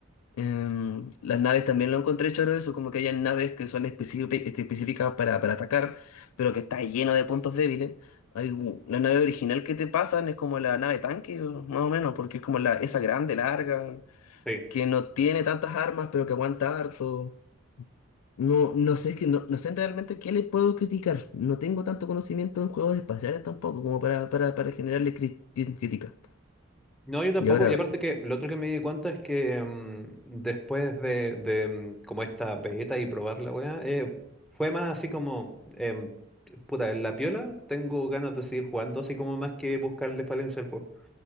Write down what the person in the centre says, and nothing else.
Sí.
No, yo tampoco.
Y aparte que lo otro que me di cuenta es que mm, después de, de, mm, como esta beta y probar la weá, eh, fue más así como, em, puta, en la piola tengo ganas de seguir jugando, así como más que buscarle falencia al juego.